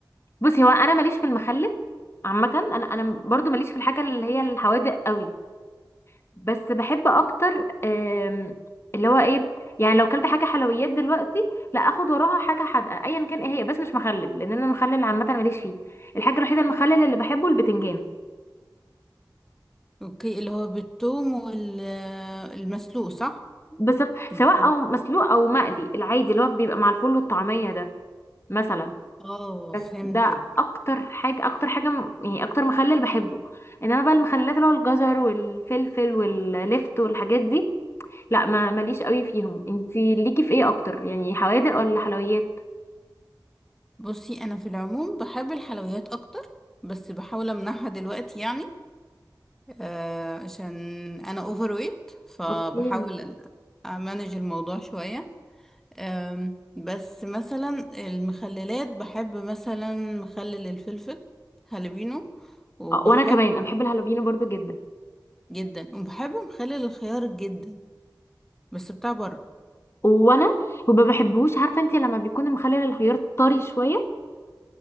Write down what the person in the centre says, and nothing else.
اوكي اللي هو بالثوم والمسلوق صح
بالثوم.
اه
فهمتك
بصي انا في العموم بحب الحلويات اكتر بس بحاول امنعها دلوقتي يعني آه عشان انا اوفر ويت فبحاول
امانج الموضوع شوية أم، بس مثلا المخللات بحب مثلا مخلل الفلفل هالبينو وبحب
جدا وبحب مخلل الخيار جدا بس بتاع بره